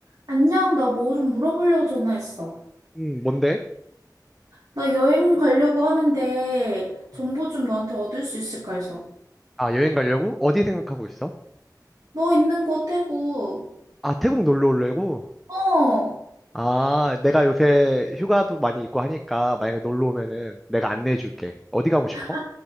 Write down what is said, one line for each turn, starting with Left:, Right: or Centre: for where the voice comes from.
Right: 안녕, 나 뭐 좀 물어보려고 전화했어.
Centre: 음, 뭔데?
Right: 나 여행 가려고 하는데 정보
Centre: 음.
Right: 좀 너한테 얻을 수 있을까 해서.
Centre: 아, 여행 가려고? 어디 생각하고 있어?
Right: 너 있는 곳 태국.
Centre: 아, 태국 놀러 오려고?
Right: 어.
Centre: 아, 내가 요새 휴가도 많이 있고 하니까 만약에 놀러 오면은 내가 안내해 줄게. 어디 가고 싶어?
Right: 아,